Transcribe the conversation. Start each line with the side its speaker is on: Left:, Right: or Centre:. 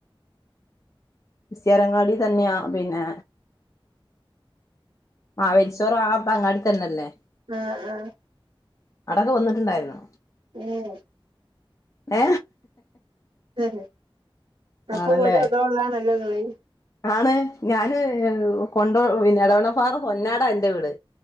Left: മുസ്‌ലിയാരങ്ങാടി തന്നെയാ പിന്നെ മാവേലി സ്റ്റോർ ആ അങ്ങാടി തന്നെല്ലേ
Right: ആ ആഹ്‌
Left: അവടെക്കെവന്ന്ട്ട്ണ്ടായിര്ന്നോ
Right: ഉം.
Left: ഏ
Right: ഏഹ് അപ്പം
Left: ആണല്ലേ
Right: <unintelligible> നല്ല കളി
Left: ആണ് ഞാന് കൊണ്ടോ പിന്നെ എടവണപ്പാറ പൊന്നാടാ ഇന്റെ വീട്